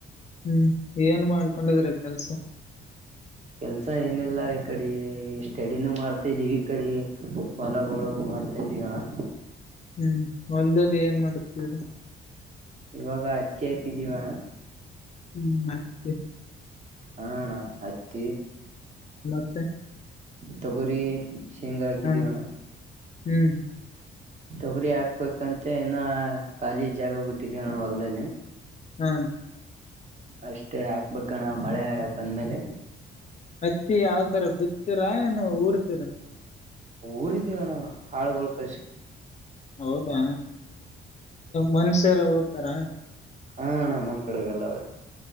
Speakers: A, on the left; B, on the right.
A: ಹ್ಮ್ ಏನ್ ಮಾಡ್ಕೊಂಡಿದ್ರ ಕೆಲಸ.
B: ಕೆಲಸಏನೆಲ್ಲಾ ಈ ಕಡೆ ಸ್ಟಡಿನೂ ಮಾಡ್ತಾ ಇದೀವಿ ಈ ಕಡೆ ಹೊಲಗಳು ಮಾಡ್ತಾ ಇದ್ದೀವಣ್ಣ.
A: ಹ್ಮ್ ಹೊಲದಲ್ಲಿ ಏನ್ ಮಾಡ್ತಾ ಇದ್ದೀರಾ.
B: ಇವಾಗ ಹತ್ತಿ ಹಾಕಿದ್ದೀವಣ್ಣ.
A: ಹ್ಮ್ ಅತ್ತಿ
B: ಅ ಅಣ್ಣ ಹತ್ತಿ.
A: <unintelligible>
B: ತೊಗರಿ. ಶೇಂಗಾ ಹಾಕಿದೀವಣ್ಣ.
A: ಹಾ ಹ್ಮ್.
B: ತೊಗರಿ ಆಗ್ಬೇಕಂತೆ ಇನ ಖಾಲಿ ಜಾಗ ಬಿಟ್ಟಿದೆ ಅಣ್ಣ ಹೊಲದಲ್ಲಿ.
A: ಹ್ಮ್.
B: ಅಷ್ಟೇ ಹಾಕಬೇಕಣ್ಣಮಳೆ ಬಂದ್ಮೇಲೆ.
A: ಹತ್ತಿ ಯಾವ್ತರ ಬಿತೀರಾ ಏನು ಊರ್ತೀರಾ.
B: ಊರಿದೀವಿಣ್ಣ ಹಾಳ್ಗಳು ಕಳಿಸಿ.
A: ಹೌದಾ ಮನ್ಷ. ರ ಓದ್ತಾರಾ.
B: ಅಣ್ಣ ಅಣ್ಣನಮ್ ಕಡೆಗೆ ಎಲ್ಲಾ ಅವರೇ.